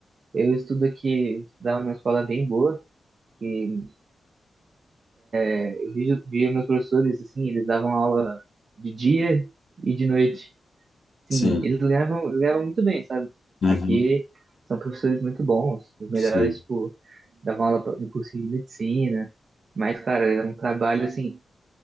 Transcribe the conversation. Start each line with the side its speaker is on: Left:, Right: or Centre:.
Right: Eu estudo aqui, estudava numa escola bem boa, que Eu via, via meus professores, assim, eles davam aula de dia e de noite. Sim,
Left: Sim.
Right: eles ganhavam, eles ganhavam muito bem, sabe?
Left: Uhum.
Right: Aqui são professores muito bons, os melhores,
Left: Sim.
Right: tipo, davam aula pra- no curso de medicina. Mas, cara, era um trabalho, assim,